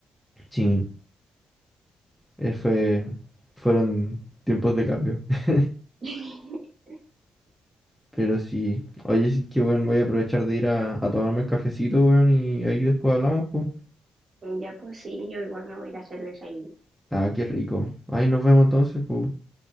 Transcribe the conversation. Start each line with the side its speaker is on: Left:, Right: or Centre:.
Centre: Sí, eh, fue, fueron tiempos de cambio. <laughs>
Right: <laughs>
Centre: Pero sí, oye, sí que bueno, voy a aprovechar de ir a, a tomarme el cafecito, weón, y ahí después hablamos, pues.
Right: Ya pues sí, yo igual me voy a ir a hacer desayuno.
Centre: Ah, qué rico. Ahí nos vemos entonces, pues.